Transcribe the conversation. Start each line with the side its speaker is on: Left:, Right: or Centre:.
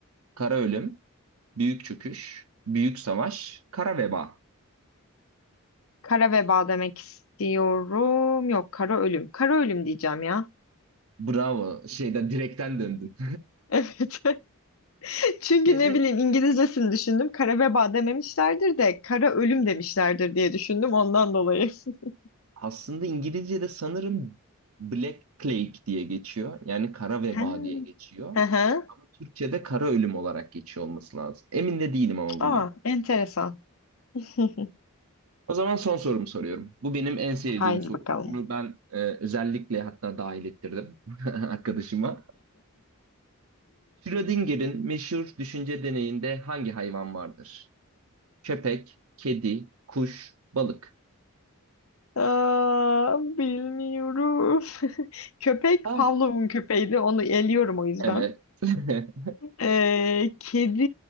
Right: Kara ölüm, büyük çöküş, büyük savaş, kara veba.
Left: Kara veba demek istiyorum. Yok kara ölüm. Kara ölüm diyeceğim ya. <laughs>
Right: Bravo. Şeyden direkten döndün.
Left: Evet. <laughs> Çünkü
Right: <laughs> Şeyde
Left: ne bileyim İngilizcesini düşündüm. Kara veba dememişlerdir de kara ölüm demişlerdir diye düşündüm ondan dolayı. <laughs>
Right: Aslında İngilizce'de sanırım Black Plague diye geçiyor. Yani kara veba
Left: Ha.
Right: diye geçiyor.
Left: Hı hı.
Right: Ama Türkçe'de kara ölüm olarak geçiyor olması lazım. Emin de değilim ama
Left: Aa,
Right: bundan.
Left: enteresan. <laughs>
Right: O zaman son sorumu soruyorum. Bu benim en sevdiğim
Left: Haydi
Right: soru.
Left: bakalım.
Right: Bunu ben e, özellikle hatta dahil ettirdim <laughs> arkadaşıma. Schrödinger'in meşhur düşünce deneyinde hangi hayvan vardır? Köpek, kedi, kuş, balık.
Left: Aa, bilmiyorum. <laughs> Köpek
Right: Ha,
Left: Pavlov'un köpeğiydi. Onu eliyorum o yüzden.
Right: evet. <laughs>
Left: Ee, kedi